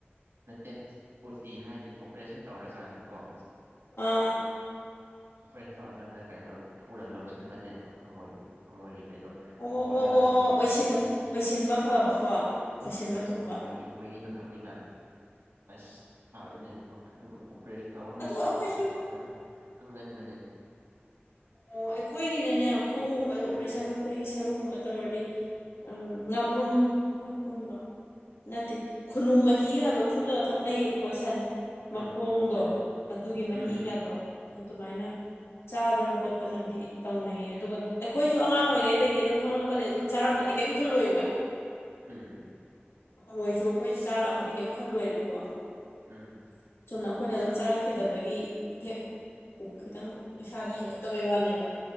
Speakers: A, on the right; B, on the left.
A: ꯅꯠꯇꯦ ꯑꯣꯇꯤ ꯍꯥꯏꯗꯤ ꯑꯣꯄꯔꯦꯁꯟ ꯇꯧꯔꯀꯥꯟꯗꯀꯣ
B: ꯑ
A: ꯑꯣꯄꯔꯦꯁꯟ ꯇꯧꯔꯀꯥꯟꯗ ꯀꯩꯅꯣ ꯊꯨꯅ ꯂꯣꯟꯁꯤꯟꯕꯅꯦ ꯍꯪꯣꯏ ꯍꯪꯉꯣꯏꯒꯤ ꯀꯩꯅꯣ
B: ꯑꯣ
A: ꯐꯨꯠꯂꯒ
B: ꯑꯣ ꯑꯣ ꯑꯣ
A: ꯃꯍꯤ
B: ꯑꯣꯏꯁꯤꯟ
A: ꯃꯍꯤ
B: ꯑꯣꯏꯁꯤꯟꯕ ꯐꯕꯀꯣ ꯑꯣꯏꯁꯤꯟꯕ
A: ꯎꯝ
B: ꯊꯨꯕ
A: ꯃꯍꯤ ꯃꯤꯗꯣ ꯊꯛꯅꯤꯡꯉꯥꯏ ꯑꯁ ꯐꯕꯅꯦꯀꯣ ꯑꯗꯨꯒ ꯑꯣꯄꯔꯦꯁꯟ ꯇꯧꯕ ꯃꯤꯅ
B: ꯑꯗꯣ ꯑꯩꯈꯣꯏꯁꯨ
A: ꯑꯗꯨꯝ ꯑꯗꯨ ꯍꯪꯒꯟꯕꯅꯦ
B: ꯑꯣ ꯑꯩꯈꯣꯏꯒꯤꯅꯦꯅꯦ ꯈꯣꯡꯒꯨꯝꯕ ꯑꯣꯄꯔꯦꯁꯟ
A: ꯎꯝ
B: ꯑꯩꯈꯣꯏꯒꯤ ꯁꯔꯨꯒꯨꯝꯕ ꯇꯧꯔꯗꯤ ꯉꯥꯄ꯭ꯔꯨꯝ ꯉꯥꯄ꯭ꯔꯨꯝꯒ ꯅꯠꯇꯦ ꯈꯨꯅꯨ ꯃꯍꯤꯒꯗꯣ ꯐꯨꯠꯂꯒ ꯊꯛꯅꯩꯌꯦꯕꯀꯣ ꯁꯟ
A: ꯎꯝ
B: ꯃꯈꯣꯡꯗꯣ
A: ꯎꯝ
B: ꯑꯗꯨꯒꯤ ꯃꯍꯤꯒꯗꯣ
A: ꯎꯝ ꯎꯝ
B: ꯑꯗꯨꯃꯥꯏꯅ ꯆꯥꯗꯅ ꯈꯣꯠꯇꯅꯗꯤ ꯇꯧꯅꯩꯌꯦ ꯑꯗꯨꯒ ꯑꯩꯈꯣꯏꯁꯨ ꯑꯉꯥꯡ ꯑꯣꯏꯔꯤꯉꯩꯗꯒꯤ ꯑꯗꯨꯝ ꯈꯪꯂꯛꯄꯗꯒꯤꯩ ꯑꯗꯨꯝ ꯆꯥꯔꯝꯃꯗꯤ ꯀꯔꯤꯝ ꯈꯜꯂꯣꯏꯕ
A: ꯎꯝ
B: ꯃꯣꯏꯁꯨ ꯑꯩꯈꯣꯏ ꯆꯥꯔꯛꯑꯃꯗꯤ ꯀꯔꯤꯝ ꯈꯜꯂꯣꯏꯦꯕꯀꯣ ꯑꯗꯨꯅ
A: ꯎꯝ
B: ꯑꯩꯈꯣꯏꯅ ꯑꯗꯨꯝ ꯆꯥꯔꯛꯈꯤꯗꯕ ꯑꯩꯣꯏꯒꯤ ꯍꯦꯛ ꯈꯤꯇꯪ ꯄꯩꯁꯥꯗ ꯍꯦꯡꯉꯠꯇꯕꯩ ꯋꯥꯅꯦꯕ